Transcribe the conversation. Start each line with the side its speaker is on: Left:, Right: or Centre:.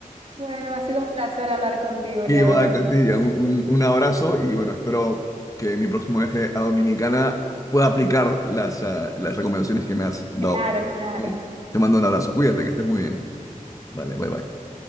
Right: Bueno, ha sido un placer hablar contigo el
Left: Igual,
Right: día de hoy.
Left: Cantilla, un, un- un abrazo y bueno, espero que mi próximo viaje a Dominicana pueda aplicar las, ah, las recomendaciones que me has dado.
Right: Claro, claro.
Left: ¿Mm? Te mando un abrazo, cuídate, que estés muy bien. Vale, bye bye.